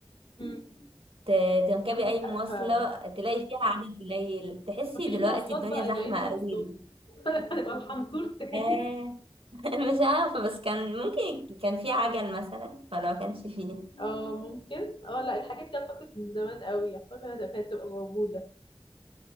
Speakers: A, on the left; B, on the right.
A: مم.
B: ت- تركبي
A: عندك
B: أي
A: حق
B: مواصلة
A: فعلا
B: تلاقي فيها عدد قليل تحسي
A: مفيش
B: دلوقتي
A: مواصلات
B: الدنيا
A: بقى
B: زحمة
A: يبقى ايه المواصلات
B: قوي
A: <laughs> هنبقى الحنطور تاني
B: آه <laughs> مش عارفة بس كان ممكن كان في عجل مثلا ولا ما كانش فيه
A: اه ممكن اه لا الحاجات دي اعتقد من زمان قوي اعتقد كانت هتبقى موجودة